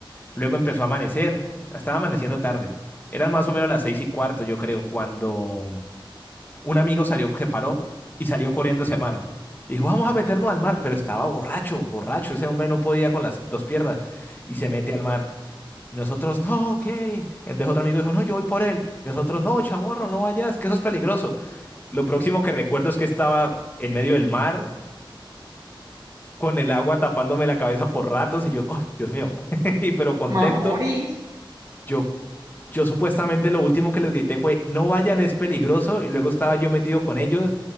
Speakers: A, on the left; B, on the right.
A: Luego empezó a amanecer, estaba amaneciendo tarde. Eran más o menos las 6 y cuarto, yo creo, cuando un amigo salió, se paró y salió corriendo hacia el mar. Dijo, vamos a meternos al mar, pero estaba borracho, borracho. Ese hombre no podía con las dos piernas y se mete al mar. Y nosotros, no, Kevin. Entonces otro amigo dijo, no, yo voy por él. Y nosotros, no, chamorro, no vayas, que eso es peligroso. Lo próximo que recuerdo es que estaba en medio del mar, con el agua tapándome la cabeza por ratos, y yo, oh, Dios mío. <laughs> Y pero contento,
B: Me voy a morir.
A: yo, yo supuestamente lo último que les grité fue, no vayan, es peligroso. Y luego estaba yo metido con ellos.